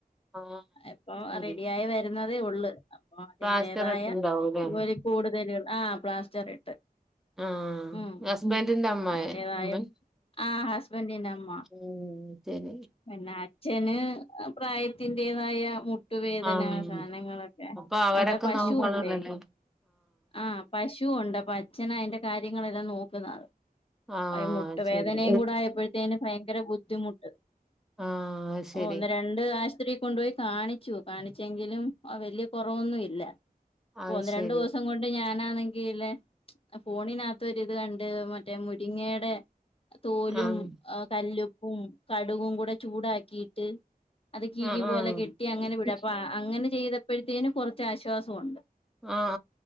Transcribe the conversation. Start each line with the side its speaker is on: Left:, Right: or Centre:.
Centre: ആഹ്
Left: ഇപ്പൊ
Centre: ശരി
Left: റെഡിയായി വരുന്ന തേ ഉളള്. അപ്പൊ അതിൻ്റേതായാ
Centre: പ്ലാസ്റ്റർ ഇട്ടുണ്ടാവൂലേ
Left: ഒര് കൂടുതല് ആ പ്ലാസ്റ്റർ ഇട്ട്
Centre: ആഹ്
Left: ഉം.
Centre: ഹസ്ബൻറിന്റെ അമ്മായി
Left: അയിൻ്റെതായ
Centre: അമ്മേ
Left: ആഹ് ഹസ്ബൻറിന്റെ അമ്മ
Centre: ഉം ശരി
Left: പിന്നെ അച്ഛന് പ്രായത്തിന്റേതായ മു ട്ടുവേദന
Centre: ആഹ്
Left: സാനങ്ങളൊക്കെ
Centre: അപ്പൊ അവരൊക്കെ
Left: അവടെ പശുവുണ്ടേ
Centre: നോക്കണല്ലല്ലോ
Left: ആഹ് പശ് ശുവുണ്ട് അപ്പൊ അച്ഛനാ അയിന്റെ കാര്യങ്ങളെല്ലാം നോക്കുന്നത്.
Centre: ആഹ്
Left: അയ് മുട്ടുവേദനയും
Centre: ശരി
Left: കൂടെ ആയപ്പോഴത്തേന് ഭയങ്കര ബുദ്ധിമുട്ട്
Centre: ആഹ് ശരി
Left: ഓ ഒന്ന് രണ്ട് ആശത്രിക്ക് കൊണ്ടുപോയി കാ ണിച്ചു കാണിച്ചെങ്കിലും വല്യ കൊറോവൊന്നും ഇല്ല.
Centre: അത്
Left: പ്പോ ഒന്ന്
Centre: ശരി
Left: രണ്ട് വോസം കൊണ്ട് ഞാൻ ന്നാണെങ്കിലെ ഫോണിനകത്തോരിത് കണ്ട് മറ്റേ മുരിങ്ങയുടെ തോലും
Centre: ആഹ്
Left: അഹ് കല്ലുപ്പും കടുകും കൂടെ ചൂടാക്കിട്ട് അത് കിഴി
Centre: ആഹ്
Left: പോലെ
Centre: ആഹ്
Left: കെട്ടി അങ്ങനെ വിട അപ്പൊ അങ്ങനെ ചെയ്തപ്പോഴത്തേനും കുറച്ച് ആശ്വാസണ്ട്
Centre: ആഹ്